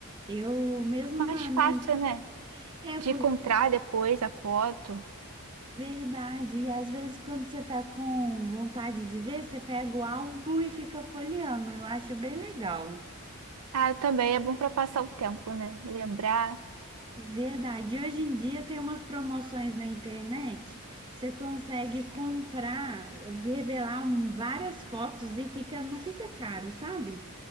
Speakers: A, on the right; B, on the right.
A: Eu mesmo
B: Mais
A: na,
B: fácil,
A: na inf-
B: né?
A: É,
B: De
A: por,
B: encontrar depois a foto.
A: Verdade. E às vezes quando você tá com vontade de ver, você pega o álbum e fica folheando. Eu acho bem legal.
B: Ah, também é bom para passar o tempo, né? Lembrar.
A: Verdade. E hoje em dia tem umas promoções na internet. Você consegue comprar, revelar um- várias fotos e fica, não fica caro, sabe?